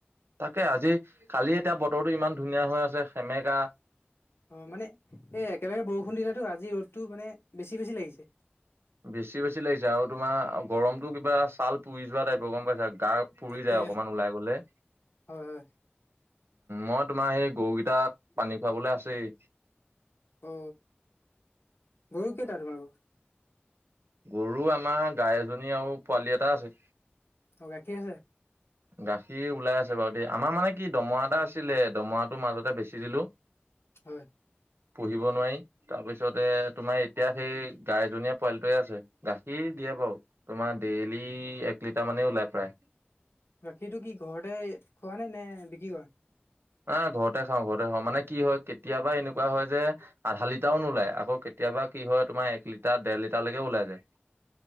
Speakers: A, on the right; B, on the left.
A: তাকে আজি কালি এতিয়া বতৰটো ইমান ধুনীয়া হৈ আছে সেমেকা-
B: অ মানে এ একেলগে বৰষুণ দিলোটো আজি ৰ'দটো মানে বেছি বেছি লাগিছে।
A: বেছি বেছি লাগিছে আৰু তোমাৰ গৰমটো কিবা ছাল পুৰি যোৱা টাইপৰ গম পাইছা গা- পুৰি
B: তাকে।
A: যায় অকমান ওলাই গলে।
B: হয় হয়
A: মই তোমাৰ সেই গৰুকেইটাত পানী খুৱাবলে আছেই
B: অ গৰু কেইটা তোমালোকৰ?
A: গৰু আমাৰ গাই এজনী আও পোৱালি এটা আছে।
B: অ গাখীৰ আছে?
A: গাখীৰ ওলাই আছে বাৰু দেই আমাৰ মানে কি দমৰা এটা আছিলে দমৰাটো মাজতে বেছি দিলো।
B: হয়।
A: পুহিব নোৱাই। তাৰপিছতে তোমাৰ এতিয়া সেই গাইজনী পোৱালিটোৱে আছে গাখীৰ দিয়ে বাওঁ। তোমাৰ ডেইলি এক লিটাৰ মানে ওলাই প্ৰায়
B: গাখীৰটো কি ঘৰতে খোৱা নে, নে বিক্ৰী কৰা?
A: এ ঘৰতে খাওঁ ঘৰতে খাওঁ মানে কি হয় কেতিয়াবা এনেকুৱা হয় যে, আধা লিটাৰও নোলায় আকৌ কেতিয়াবা কি হয় তোমাৰ এক লিটাৰ ডেৰ লিটাৰলৈকে ওলাই যায়।